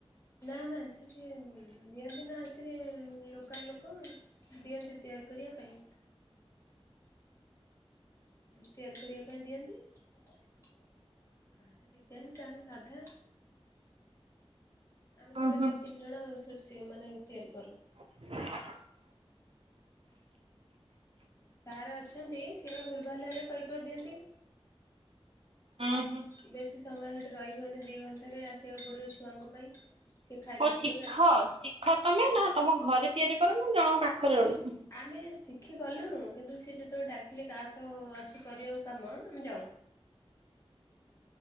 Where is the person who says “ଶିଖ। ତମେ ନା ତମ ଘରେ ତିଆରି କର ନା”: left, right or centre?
Right